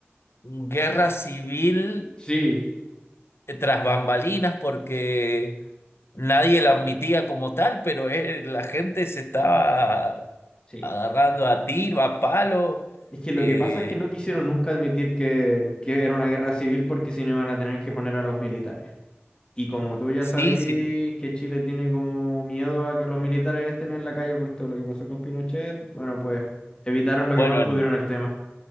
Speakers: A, on the left (about 70°); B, on the left (about 20°).
A: guerra civil
B: Sí,
A: tras bambalinas porque nadie la admitía como tal, pero eh, la gente se estaba
B: sí.
A: agarrando a tiro, a palo.
B: Es que
A: Eh,
B: lo que pasa es que no quisieron nunca admitir que, que era una guerra civil porque si no iban a tener que poner a los militares. Y como tú ya
A: sí,
B: sabís
A: sí.
B: que Chile tiene como miedo a que los militares estén en la calle por todo lo que pasó con Pinochet, bueno, pues evitaron lo
A: Bueno,
B: que más pudieron
A: en,
B: el tema.